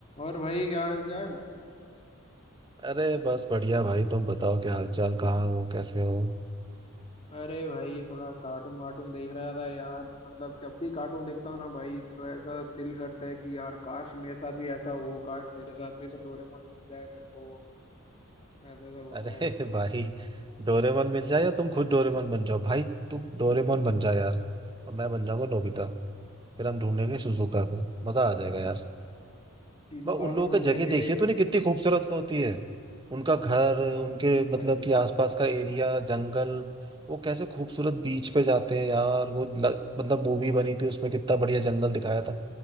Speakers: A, on the left (about 30°); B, on the right (about 20°).
A: और भाई क्या हाल चाल
B: अरे बस बढ़िया भाई तुम बताओ क्या हालचाल कहाँ हो कैसे हो
A: अरे भाई थोड़ा कार्टून वार्टून देख रहा था यार मतलब जब भी कार्टून देखता हूँ ना भाई तो ऐसा दिल करता है कि यार काश मेरे साथ भी ऐसा हो काश मेरे साथ भी सब डोरेमोन मिल जाए मेरे को ऐसा सब होता
B: अरे
A: है भाई
B: <laughs> भाई डोरेमोन मिल जाए या तुम खुद डोरेमोन बन जाओ भाई तुम डोरेमोन बन जाओ यार और मैं बन जाऊंगा नोबिता फिर हम ढूंढेंगे सुजुका को मजा आ जाएगा यार
A: शिजुका
B: मैं उन लोगों
A: को ढूंढेंगे
B: की जगह देखिए तूने कितनी खूबसूरत होती है उनका घर
A: हम्म
B: उनके
A: भाई
B: मतलब कि आसपास का एरिया जंगल वो कैसे खूबसूरत बीच पे जाते हैं यार वो ल- मतलब मूवी बनी थी उसमें कितना बढ़िया जंगल दिखाया था